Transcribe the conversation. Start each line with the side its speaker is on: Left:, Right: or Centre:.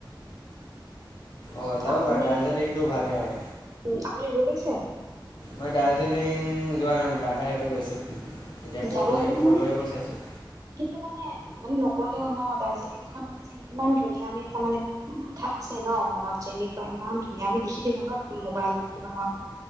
Left: অ যাব
Right: আপুনি
Left: পাৰে দাৰ্জিলিং টো ভালে হয়।
Right: উম আপুনি গৈ পাইছে?
Left: মই দাৰ্জিলিং যোৱা নাই মোৰ দাদাহঁতে গৈছিল তেতিয়া ফটো
Right: যাব কিন্তু
Left: ফটো
Right: মানে
Left: এইবোৰ চাইছোঁ
Right: কিন্তু মানে মানে নকলেও ন দাৰ্জিলিং খন মানে কিমান ধুনীয়া আমি এটা মানে আছে ন মনত যেনেকোৱা ইমান ধুনীয়া আমি দেখি থাকো ন মোবাইলত কিবাহত।